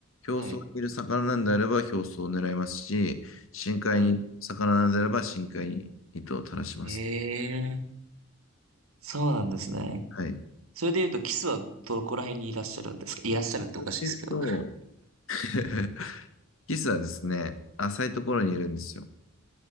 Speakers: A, on the left; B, on the right.
A: 表層にいる魚なんであれば表層を狙いますし、
B: はい。
A: 深海に魚なんであれば深海に糸を垂らします。
B: はい。ええそうなんですね。
A: はい。
B: それで言うと、キスはどこら辺にいらっしゃるんですかいらっしゃるっておかしいですけど。
A: えっと、<laughs> キスはですね、浅いところにいるんですよ。